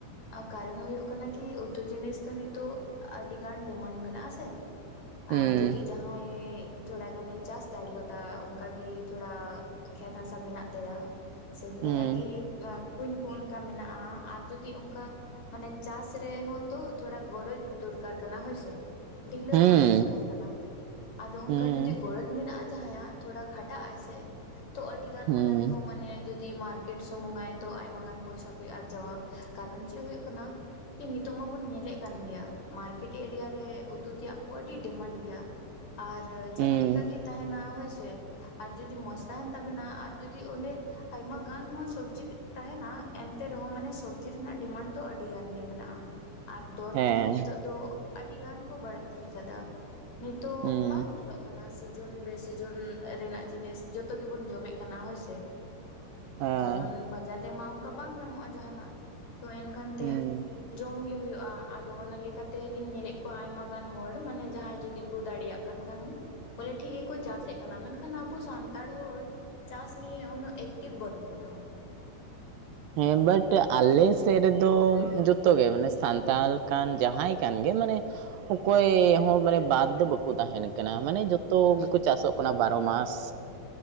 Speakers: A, on the left; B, on the right.
A: ᱠᱟᱨᱚᱱ ᱦᱳᱭ ᱠᱟᱱᱟ ᱠᱤ ᱩᱛᱩ ᱡᱤᱱᱤᱥ ᱫᱚ ᱱᱤᱛᱚᱜ ᱟᱹᱰᱤ ᱜᱟᱱ ᱰᱤᱢᱟᱱᱰ ᱢᱮᱱᱟᱜ ᱟᱥᱮ
B: ᱦᱩᱸ
A: ᱮ ᱡᱩᱫᱤ ᱡᱟᱦᱟᱸᱭ ᱛᱷᱚᱲᱟ ᱜᱟᱱᱮ ᱪᱟᱥ ᱫᱟᱲᱮᱣᱟᱫᱟ ᱚᱱᱠᱟ ᱜᱮ ᱛᱷᱚᱲᱟ ᱠᱷᱮᱛ ᱦᱟᱥᱟ ᱢᱮᱱᱟᱜ ᱛᱟᱭᱟ᱾ ᱥᱮᱧ
B: ᱦᱩᱸ
A: ᱞᱟᱹᱭᱟ ᱠᱤ ᱠᱩᱧ ᱠᱚ ᱚᱱᱠᱟ ᱢᱮᱱᱟᱜᱼᱟ ᱟᱨ ᱡᱩᱫᱤ ᱠᱟ ᱢᱟᱱᱮ ᱪᱟᱥ ᱨᱮᱦᱚᱸ ᱛᱚ ᱛᱷᱚᱲᱟ ᱜᱚᱨᱚᱡᱽ ᱫᱚᱨᱠᱟᱨ ᱠᱟᱱᱟ ᱦᱳᱭ ᱥᱮ ᱰᱷᱤᱞᱟᱹᱣ
B: ᱦᱩᱸ
A: ᱵᱟᱝ ᱫᱚᱨᱠᱟᱨ ᱠᱟᱱᱟ, ᱟᱫᱚ ᱚᱱᱠᱟ
B: ᱦᱩᱸ
A: ᱡᱩᱫᱤ ᱜᱚᱨᱚᱡᱽ ᱢᱮᱱᱟᱜᱼᱟ ᱡᱟᱦᱟᱸᱭᱟᱜ ᱛᱷᱚᱲᱟ ᱠᱷᱟᱴᱟᱜ ᱟᱭ ᱥᱮ ᱛᱚ ᱟᱹᱰᱤ ᱜᱟᱱ
B: ᱦᱩᱸ
A: ᱚᱱᱟ ᱨᱮᱦᱚᱸ ᱢᱟᱱᱮ ᱡᱚᱫᱤ ᱢᱟᱨᱠᱮᱴ ᱥᱩᱢᱩᱝ ᱟᱭ ᱛᱚ ᱟᱭᱢᱟ ᱜᱟᱱ ᱯᱚᱭᱥᱟ ᱠᱚᱭ ᱟᱨᱡᱟᱣᱟ ᱠᱟᱨᱚᱱ ᱪᱮᱫ ᱦᱩᱭᱩᱜ ᱠᱟᱱᱟ ᱠᱤ ᱱᱤᱛᱚᱜ ᱢᱟᱵᱚᱱ ᱧᱮᱞᱮᱫ ᱠᱟᱱ ᱜᱮᱭᱟ ᱢᱟᱨᱠᱮᱴ ᱮᱨᱤᱭᱟ ᱨᱮ ᱩᱛᱩ ᱛᱮᱭᱟᱜ ᱠᱚ ᱟᱹᱰᱤ ᱰᱤᱢᱟᱱᱰ ᱜᱮᱭᱟ ᱟᱨ ᱡᱟᱦᱟᱸ
B: ᱦᱩᱸ
A: ᱞᱮᱠᱟ ᱜᱮ ᱛᱟᱦᱮᱱᱟ ᱦᱳᱭ ᱥᱮ ᱟᱨ ᱡᱩᱫᱤ ᱢᱚᱡᱽ ᱛᱟᱦᱮᱱ ᱛᱟᱵᱮᱱᱟ ᱟᱨ ᱡᱩᱫᱤ ᱚᱸᱰᱮ ᱟᱭᱢᱟ ᱜᱟᱱ ᱦᱚᱸ ᱥᱚᱵᱡᱤ ᱛᱟᱦᱮᱱᱟ ᱮᱱᱛᱮ ᱨᱮᱦᱚᱸ ᱢᱟᱱᱮ ᱥᱚᱵᱡᱤ ᱡᱤ ᱨᱮᱱᱟᱜ ᱰᱤᱢᱟᱱᱰ ᱫᱚ ᱟᱹᱰᱤ ᱜᱟᱱ ᱜᱮ ᱢᱮᱱᱟᱜᱼᱟ ᱟᱨ ᱫᱚᱨ
B: ᱦᱮᱸ
A: ᱠᱚᱦᱚᱸ ᱱᱤᱛᱚᱜ ᱫᱚ ᱟᱹᱰᱤ ᱜᱟᱱ ᱠᱚ ᱵᱟᱹᱲᱛᱤ ᱠᱟᱫᱟ ᱱᱤᱛᱚᱜ
B: ᱦᱩᱸ
A: ᱵᱟᱝ ᱧᱮᱞᱚᱜ ᱠᱟᱱᱟ ᱥᱤᱡᱚᱱ ᱵᱮ ᱥᱤᱡᱚᱱ ᱨᱮᱱᱟᱜ ᱡᱤᱱᱤᱥ ᱡᱚᱛᱚ ᱜᱮᱵᱚᱱ ᱡᱚᱢᱮᱜ ᱠᱟᱱᱟ ᱦᱳᱭ ᱥᱮ
B: ᱦᱮᱸ
A: ᱠᱟᱨᱚᱱ ᱵᱟᱡᱟᱨ ᱨᱮᱢᱟ ᱚᱱᱠᱟ ᱵᱟᱝ ᱧᱟᱢᱚᱜᱼᱟ ᱡᱟᱦᱟᱱᱟᱜ ᱛᱚ ᱮᱱᱠᱷᱟᱱ ᱛᱮ
B: ᱦᱩᱸ
A: ᱡᱚᱢ ᱜᱮ ᱦᱩᱭᱩᱜᱼᱟ ᱟᱫᱚ ᱚᱱᱟ ᱞᱮᱠᱟᱛᱮᱞᱤᱧ ᱧᱮᱞᱮᱫ ᱠᱚᱣᱟ ᱟᱭᱢᱟ ᱜᱟᱱ ᱦᱚᱲ ᱢᱟᱱᱮ ᱡᱟᱦᱟᱸᱭ ᱡᱩᱫᱤ ᱠᱚ ᱫᱟᱲᱮᱭᱟᱜ ᱠᱟᱱ ᱠᱷᱟᱱ ᱵᱚᱞᱮ ᱴᱷᱤᱠ ᱜᱮᱠᱚ ᱪᱟᱥᱮ ᱠᱟᱱᱟ ᱢᱮᱱᱠᱷᱟᱱ ᱟᱵᱚ ᱥᱟᱱᱛᱟᱲ ᱦᱚᱲ ᱪᱟᱥ ᱱᱤᱭᱟᱹ ᱩᱱᱟᱹᱜ ᱮᱠᱴᱤᱵᱷ ᱵᱟᱹᱱᱩᱜ ᱵᱚᱱᱟ᱾
B: ᱦᱮᱸ, ᱵᱟᱴ ᱟᱞᱮ ᱥᱮᱫ ᱨᱮᱫᱚ ᱡᱚᱛᱚᱜᱮ ᱢᱟᱱᱮ ᱥᱟᱱᱛᱟᱲ ᱠᱟᱱ ᱡᱟᱦᱟᱸᱭ ᱠᱟᱱ ᱜᱮ ᱢᱟᱱᱮ ᱚᱠᱚᱭ ᱦᱚᱸ ᱢᱟᱱᱮ ᱵᱟᱫᱽ ᱫᱚ ᱵᱟᱠᱚ ᱛᱟᱦᱮᱱ ᱠᱟᱱᱟ ᱢᱟᱱᱮ ᱡᱚᱛᱚ ᱜᱮᱠᱚ ᱪᱟᱥᱚᱜ ᱠᱟᱱᱟ ᱵᱟᱨᱚ ᱢᱟᱥ᱾